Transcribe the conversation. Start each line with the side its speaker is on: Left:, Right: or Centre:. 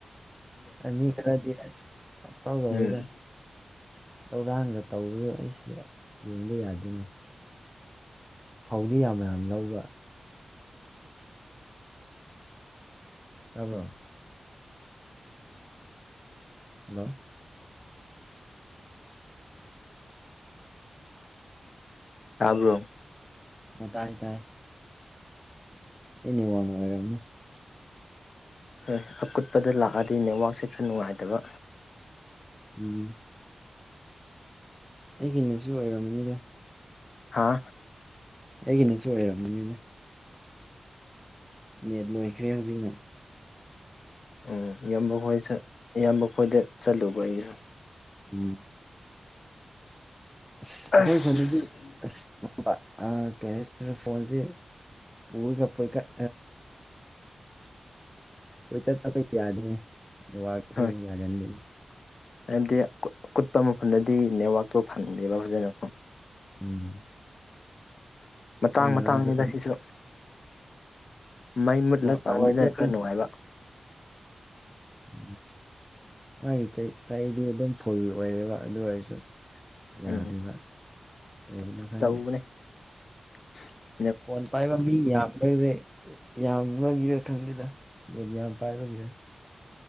Centre: ꯑ ꯃꯤ ꯈꯔꯗꯤ ꯑꯁ ꯇꯥꯎꯗꯧꯕꯩꯗ
Left: ꯎꯝ
Centre: ꯂꯧꯧꯔꯥꯡꯒ ꯇꯧꯕꯗꯣ ꯑꯩꯁꯦ ꯌꯦꯡꯕ ꯌꯥꯗꯣꯏꯅꯩ ꯐꯧꯗꯤ ꯌꯥꯝ ꯌꯥꯝ ꯂꯧꯕ ꯇꯥꯕ꯭ꯔꯣ ꯍꯜꯂꯣ
Left: ꯀꯥꯕ꯭ꯔꯣ
Centre: ꯍ ꯇꯥꯏ ꯇꯥꯏ ꯏꯅꯤ ꯋꯥꯅ ꯌꯥ
Left: ꯣꯏ ꯑꯀꯨꯠꯄꯗ ꯂꯥꯛꯑꯗꯤ ꯅꯦꯠꯋꯥꯛꯁꯦ ꯈꯔ ꯅꯨꯡꯉꯥꯏꯇꯕ
Centre: ꯎꯝ ꯑꯩꯒꯤꯅꯁꯨ ꯑꯣꯏꯔꯝꯔꯕꯅꯤꯗ
Left: ꯍꯥꯥ
Centre: ꯑꯩꯒꯤꯅꯁꯨ ꯑꯣꯏꯔꯝꯕꯅꯤꯅ ꯅꯦꯠ ꯂꯣꯏꯈ꯭ꯔꯦ ꯍꯧꯖꯤꯛꯅ
Left: ꯎꯝ ꯏꯌꯥꯝꯕ ꯈꯣꯏ ꯏꯌꯥꯝꯕ ꯈꯣꯏꯗ ꯆꯠꯂꯨꯕ ꯑꯩꯁꯨ
Centre: ꯎꯝ ꯑꯁ
Left: ꯑꯁ
Centre: ꯑꯩꯈꯣꯏ ꯈꯨꯅꯗꯤ ꯑꯁ ꯀꯩ ꯍꯥꯏꯁꯤꯔꯦ ꯐꯣꯟꯁꯦ ꯄꯨꯔꯒ ꯄꯣꯏꯀꯠ ꯍꯣꯏ ꯆꯠ ꯆꯄꯩ ꯌꯥꯗꯦ ꯋꯥꯁꯦ
Left: ꯍꯣꯏ
Centre: ꯌꯥꯒꯟꯗꯦ
Left: ꯍꯥꯏꯕꯗꯤ ꯑꯀꯨꯠꯄ ꯃꯐꯝꯗꯗꯤ ꯅꯦꯠꯋꯥꯛꯇꯣ ꯐꯪꯗꯦꯕ ꯐꯖꯅꯀꯣ
Centre: ꯎꯝ
Left: ꯃꯇꯥꯡ
Centre: ꯏꯅꯁꯤ
Left: ꯃꯇꯥꯡꯅꯤꯗ ꯁꯤꯁꯨ ꯃꯩ ꯃꯨꯠꯂꯀꯥꯟꯗꯅ
Centre: ꯇꯋꯥ ꯑꯗꯨꯝ
Left: ꯈꯔ ꯅꯨꯡꯉꯥꯏꯕ
Centre: ꯎ ꯃꯥꯒꯤ ꯆꯩ ꯆꯍꯤꯗꯤ ꯑꯗꯨꯝ ꯐꯨꯜ ꯑꯣꯏꯔꯦꯕ ꯑꯗꯨ ꯑꯣꯏꯔꯁꯨ ꯌꯥꯗꯦꯕ
Left: ꯎꯝ
Centre: ꯀꯒꯤꯩꯅꯣ ꯈꯪꯗꯦ
Left: ꯇꯧꯕꯅꯦ <inaudible>
Centre: ꯐꯣꯟ ꯄꯥꯏꯕ ꯃꯤ ꯌꯥ ꯃꯗꯤ ꯌꯥꯝꯅꯒꯤꯔꯥ ꯈꯪꯗꯦꯗ ꯌꯦꯠ ꯌꯥꯝ ꯄꯥꯏꯕꯒꯤꯔꯦ